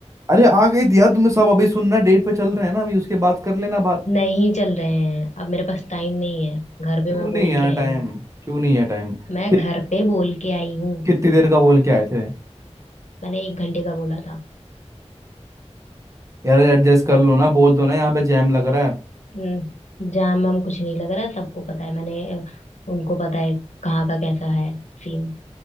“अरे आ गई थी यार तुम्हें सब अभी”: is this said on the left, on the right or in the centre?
Right